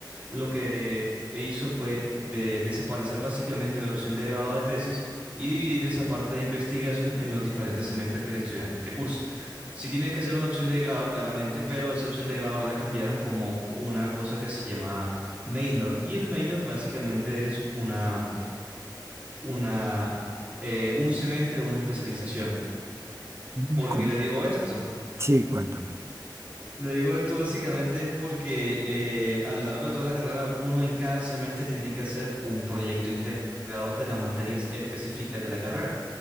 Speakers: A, on the right; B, on the right.
A: lo que eh, hizo fue de desaparecer básicamente la opción de grado de tesis y dividir esa parte de investigación en los diferentes semestres que el estudiante cursa. Sí tiene que ser una opción de grado, claramente, pero esa opción de grado ahora la cambiaron como una cosa que se llama minor. Y el minor básicamente es una, una, eh, un semestre, una especialización.
B: Mm,
A: ¿Por
B: con-
A: qué le digo esto?
B: Sí, cuéntame.
A: Le digo esto básicamente es porque eh, a lo largo de toda la carrera, uno en cada semestre tiene que hacer un proyecto integrador de las materias específicas de la carrera.